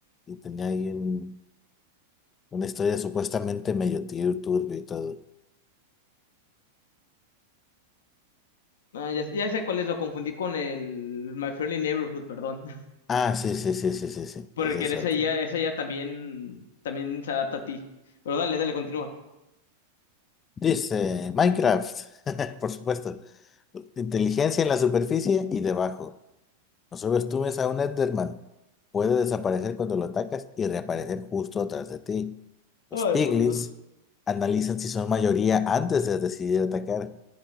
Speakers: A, on the left (about 25°); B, on the left (about 60°).
A: Y tenía ahí un- una historia supuestamente medio tur- turbio y todo.
B: Ah, ya, ya sé cuál es, lo confundí con el My Friendly Neighborhood, perdón. <laughs>
A: Ah, sí, sí, sí, sí, sí, sí.
B: Porque
A: Ese es
B: esa
A: otro.
B: ya, esa ya también, también se adapta a ti. Pero dale, dale, continúa.
A: Dice Minecraft, <laughs> por supuesto. Inteligencia en la superficie y debajo. Solo estuves a un Enderman. Puede desaparecer cuando lo atacas y reaparecer justo atrás de ti. Los
B: Ay,
A: Piglins
B: por Dios.
A: analizan si son mayoría antes de decidir atacar.